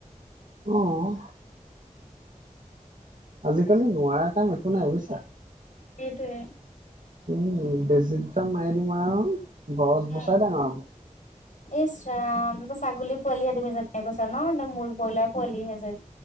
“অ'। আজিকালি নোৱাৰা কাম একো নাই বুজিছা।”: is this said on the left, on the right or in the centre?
Right